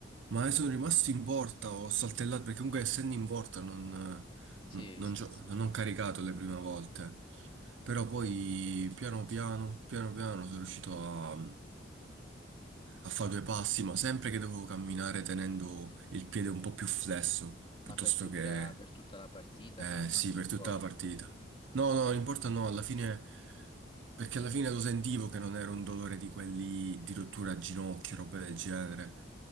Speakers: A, on the right (about 70°); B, on the left (about 30°).
A: Ma adesso sono rimasto in porta, ho saltellato, perché comunque essendo in porta non,
B: Sì,
A: non
B: sì,
A: c'ho-
B: sì.
A: non ho caricato le prime volte. Però poi piano piano, piano piano sono riuscito a a fare due passi, ma sempre che dovevo camminare tenendo il piede un po' più flesso,
B: Ma
A: piuttosto
B: per tutta,
A: che,
B: per tutta la partita
A: eh
B: sei rimasto
A: sì, per
B: in
A: tutta
B: porta?
A: la partita. No, no, non importa, no, alla fine, perché alla fine lo sentivo che non era un dolore di quelli di rottura a ginocchio, roba del genere.